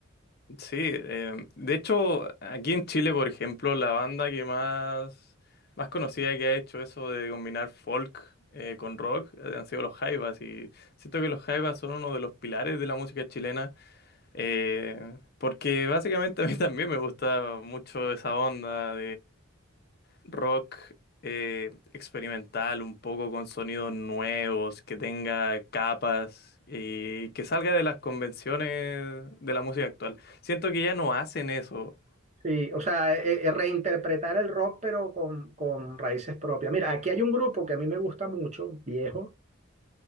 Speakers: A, on the left; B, on the right.
A: Sí, em, de hecho, aquí en Chile, por ejemplo, la banda que más, más conocida que ha hecho eso de combinar folk eh, con rock eh, han sido los Jaivas y siento que los Jaivas son uno de los pilares de la música chilena eh, porque básicamente <laughs> a mí también me gusta mucho esa onda rock eh, experimental, un poco con sonidos nuevos, que tenga capas y que salga de las convenciones de la música actual. Siento que ya no hacen eso.
B: Sí, o sea, e- e- reinterpretar el rock pero con, con raíces propias. Mira, aquí hay un grupo que a mí me gusta mucho, viejo,